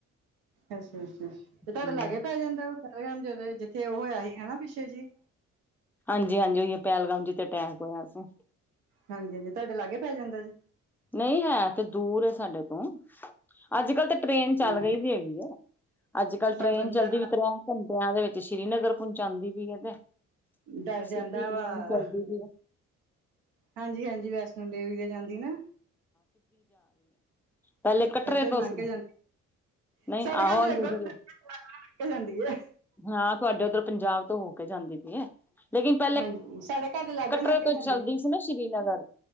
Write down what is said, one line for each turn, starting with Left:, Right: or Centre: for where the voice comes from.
Right: ਅੱਛਾ ਅੱਛਾ ਤੇ ਤੁਆਡੇ
Centre: ਹੂੰ,
Right: ਲਾਗੇ ਪੈ ਜਾਂਦਾ ਵੈ <unintelligible> ਜਿੱਥੇ ਓ ਹੋਇਆ ਸੀ ਹੈਨਾ ਪਿੱਛੇ ਜੀਅ
Centre: ਹਾਂਜੀ ਹਾਂਜੀ, ਓਇਓ ਪੈਲਗਾਮ ਜਿਤੇ ਅਟੈਕ ਹੋਯਾ ਸੀ।
Right: ਹਾਂਜੀ ਹਾਂਜੀ, ਤਾਡੇ ਲਾਗੇ ਪੈ ਜਾਂਦਾ ਜੇ।
Centre: ਨਈ ਹੈ ਤੇ ਦੂਰ ਏ ਸਾਡੇ ਤੋਂ। ਅੱਜ-ਕੱਲ੍ਹ ਤੇ ਟ੍ਰੇਨ ਚੱਲ
Right: ਹਮ
Centre: ਰਈ ਵੀ ਹੈਗੀ ਏ, ਅੱਜ-ਕੱਲ
Right: ਪਰ
Centre: ਟ੍ਰੇਨ
Right: ਬੰਦਾ
Centre: ਚੱਲਦੀ ਵੀ ਤਰੈ ਘੰਟਿਆਂ ਦੇ ਵਿੱਚ ਸ੍ਰੀਨਗਰ ਪੋਚਾਂਦੀ ਪਈ ਏ ਤੇ।
Right: ਡਰ ਜਾਂਦਾ
Centre: ਸਿੱਧੀ ਟ੍ਰੇਨ
Right: ਵਾ,
Centre: ਚੱਲਦੀ ਪਈ ਏ
Right: ਹਾਂਜੀ-ਹਾਂਜੀ ਵੈਸ ਸੰਡੇ ਵੀ ਦੇ ਜਾਂਦੀ ਨਾ।
Centre: ਪੈਲੇ ਕੱਟਰੇ
Right: ਇੱਥੋਂ
Centre: ਤੋਂ
Right: ਲੰਘ
Centre: ਸੀ।
Right: ਕੇ ਜਾਂਦੀ
Centre: ਨਈ
Right: ਸਾਡੇ
Centre: ਆਹੋ
Right: ਘਰ ਦੇ
Centre: ਆਈ
Right: ਅੱਗੋਂ
Centre: ਯੂਜ਼ਰ
Right: ਲੰਘ
Centre: ਏ।
Right: ਕੇ ਜਾਂਦੀ ਹੈ
Centre: ਹਾਂ, ਤੁਆਡੇ ਓਧਰ ਪੰਜਾਬ ਤੋਂ ਹੋ ਕੇ ਜਾਂਦੀ ਪੀ ਏ ਲੇਕਿਨ ਪੈ ਪੈਲੇ
Right: ਹਾਂਜੀ ਸਾਡੇ ਘਰ ਦੇ ਲਾਗੋਂ
Centre: ਕਟਰੇ
Right: ਲੰਘ ਕੇ
Centre: ਤੋਂ
Right: ਜਾਂਦੀ
Centre: ਚੱਲਦੀ ਸੀ ਨਾ ਸ਼੍ਰੀਨਗਰ।